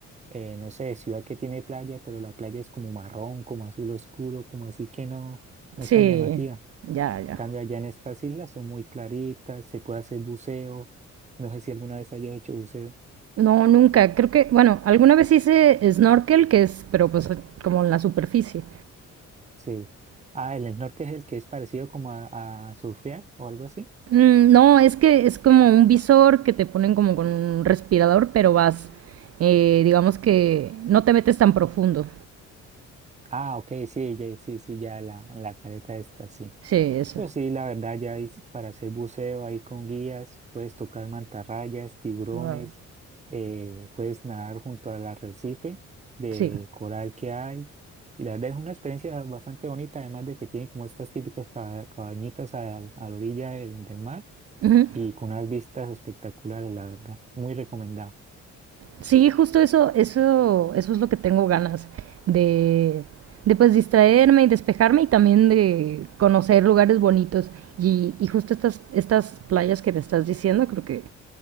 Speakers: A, on the right; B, on the right.
A: eh, no sé, ciudad que tiene playa, pero la playa es como marrón, como azul oscuro, como así que no, no
B: sí.
A: es tan llamativa.
B: Ya, ya.
A: cambio, allá en estas islas son muy claritas, se puede hacer buceo. No sé si alguna vez haya hecho buceo.
B: No, nunca. Creo que, bueno, alguna vez hice snorkel, que es, pero pues como en la superficie.
A: Sí. Ah, el snorkel es el que es parecido como a, a surfear o algo así.
B: Mm, No, es que es como un visor que te ponen como con un respirador, pero vas, eh, digamos que no te metes tan profundo.
A: Ah, ok, sí, ya- sí, sí, ya la, la careta esta, sí.
B: Sí, eso.
A: Pues sí, la verdad, ya hay- para hacer buceo ahí con guías, puedes tocar mantarrayas, tiburones,
B: Wow.
A: eh, puedes nadar junto al arrecife de
B: Sí.
A: coral que hay. Y la verdad es una experiencia bastante bonita, además de que tiene como estas típicas ca- cabañitas a, a la orilla del, del mar
B: Ujú.
A: y con unas vistas espectaculares, la verdad, muy recomendado.
B: Sí, justo eso, eso, eso es lo que tengo ganas de, de pues distraerme y despejarme y también de conocer lugares bonitos. Y, y justo estas, estas playas que me estás diciendo, creo que,